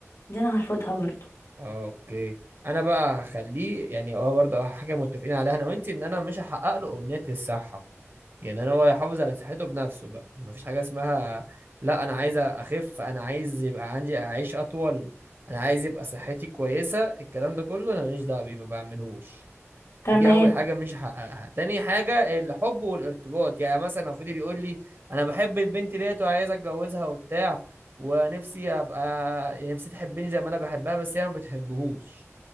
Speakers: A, on the left; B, on the right.
A: دي انا هرفضها برضه
B: اه اوكي انا بقى هخليه يعني اه برضه حاجه متفقين عليها انا وانتي ان انا مش هحقق له امنيه الصحه يعني انا هو يحافظ على صحته بنفسه بقى مفيش حاجه اسمها لا انا عايز اخف انا عايز يبقى عندي اعيش اطول انا عايز يبقى صحتي كويسه الكلام ده كله انا ماليش دعوه بيه ما بعملهوش
A: تمام
B: دي اول حاجه مش هحققها تاني حاجه الحب والارتباط يعني مثلا لو فضل يقول لي انا بحب البنت ديت وعايز اتجوزها وبتاع ونفسي ابقى نفسي تحبني زي ما انا بحبها بس هي ما بتحبهوش